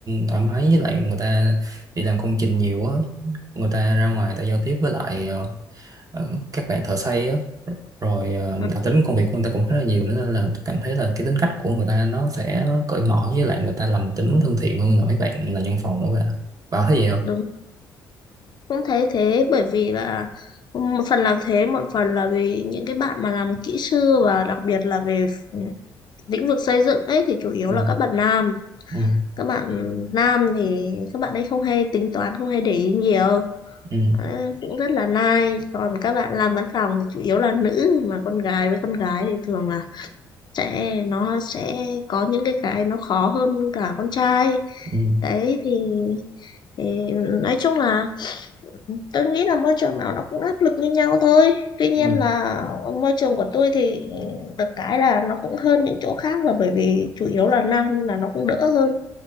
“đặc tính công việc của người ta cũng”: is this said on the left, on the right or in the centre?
Right